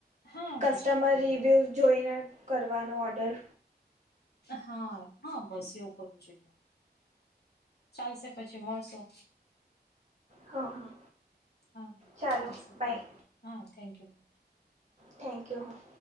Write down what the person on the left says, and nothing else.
હા
બસ જોઈએ
હા હા બસ એવું કરવું છે. ચાલશે પછી મળશું.
હા
સરસ
થેન્ક્યુ હા થેન્ક્યુ.